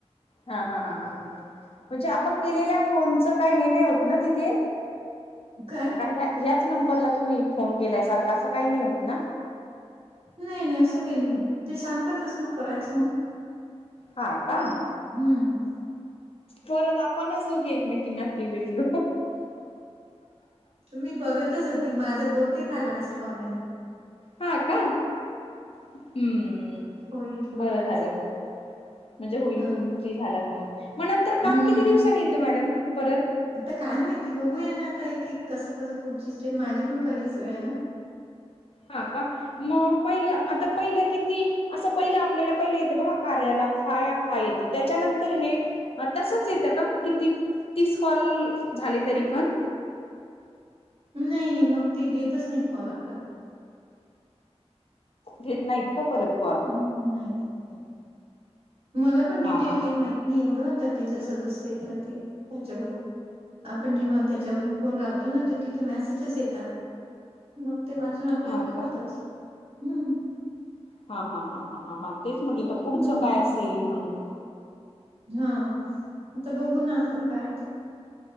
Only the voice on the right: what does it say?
काय
नाही नाही असं काही नाही होत. ते सांगतातच ना करायचं म्हणून.
हम्म.
मी बघतच होती माझा बहुतेक हा लास्ट कॉल आहे.
होईल पूर्ण
माझ
ह
हम्म
आता काय माहिती बघूया ना आता एक कसं कसं पुढची स्टेप माझी पण पहिलीच वेळ आहे ना.
नाही नाही मग ते घेतच नाहीत कॉल आपला.
हम्म, नाही. नाही मला पण डिटेल
काही
माहीत नाही एवढं तर ते जसं जसं येतं ते त्याच्यावरून आपण जेव्हा त्याच्यावरून फोन लावतो ना, त तिथे मेसेजेस येतात. मग ते वाचून आपल्याला
कळतच.
हम्म.
हम्म
ह. आता बघू ना आपण काये ते.